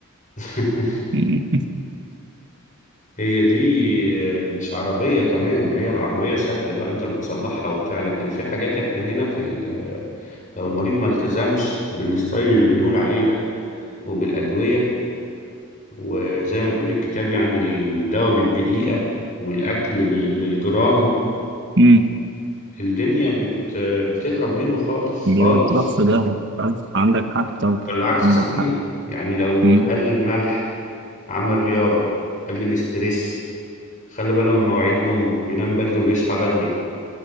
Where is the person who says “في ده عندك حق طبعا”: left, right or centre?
Right